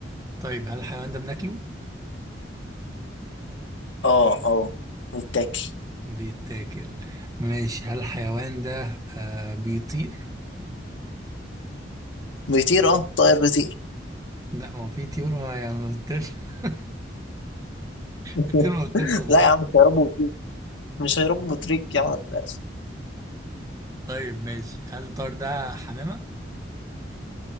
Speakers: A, on the right; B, on the left.
A: طيب هل الحيوان ده بناكله
B: اه اه متاكل
A: بيتاكل ماشي هل الحيوان ده آه بيطير
B: بيطير اه طائر بيطير
A: لا هو في طيور ما يعني ما بتطيرش <laughs>
B: <laughs>
A: في طيور ما بتطيرش والله
B: لا يا عم مش هيربوا بطريق مش هيربوا بطريق يا عم للاسف
A: طيب ماشي هل الطار ده حمامة